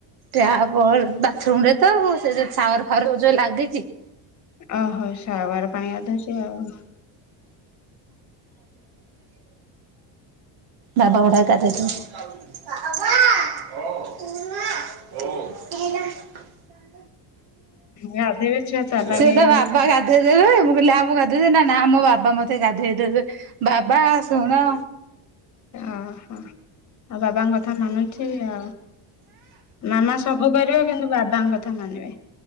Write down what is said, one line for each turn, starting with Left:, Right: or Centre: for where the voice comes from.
Right: ଟ୍ୟାପ ବାଥରୁମରେ ତ ଆଉ ସେ ଯୋଉ ସାୱାରଫାୱର ଯୋଉ ଲାଗିଛି।
Left: ଓହୋଃ ସାୱାର ପାଣି ଗାଧଉଛି ଆଉ
Right: ବାବା ବଡ଼ା <unintelligible>
Left: ଗାଧେଇବେ ଛୁଆ ଚାଲାକ
Right: ସେ
Left: ହେଇଗଲେଣି।
Right: ତା ବାବା ଗାଧେଇ ଦେବେ। ମୁଁ କହିଲି ଆ ମୁଁ ଗାଧୋଇ ଦେବି, ନା ମୋ ବାବା ମତେ ଗାଧେଇ ଦେବେ ବାବା ଶୁଣ।
Left: ଓହୋଃ, ଆଉ ବାବାଙ୍କର କଥା ମାନୁଛି ଆଉ, ମାମା ସବ୍ <unintelligible> କିନ୍ତୁ ବାବାଙ୍କ କଥା ମାନିବେ।